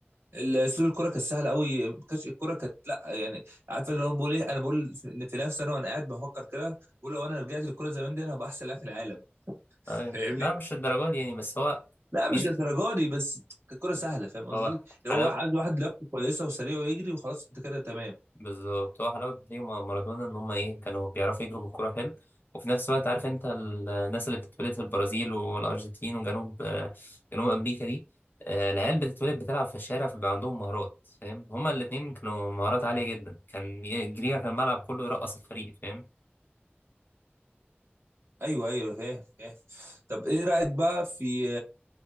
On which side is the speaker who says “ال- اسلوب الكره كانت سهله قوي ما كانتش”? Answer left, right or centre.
Right